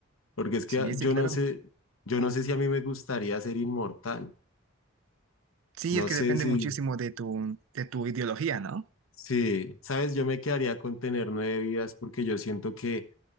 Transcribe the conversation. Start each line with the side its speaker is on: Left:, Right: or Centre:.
Left: Porque es que
Right: Sí,
Left: ah,
Right: sí,
Left: yo
Right: claro.
Left: no sé, yo no sé si a mí me gustaría ser inmortal.
Right: Sí,
Left: No
Right: es que depende
Left: sé si,
Right: muchísimo de tu, de tu ideología, ¿no?
Left: Sí, sabes, yo me quedaría con tener nueve vidas porque yo siento que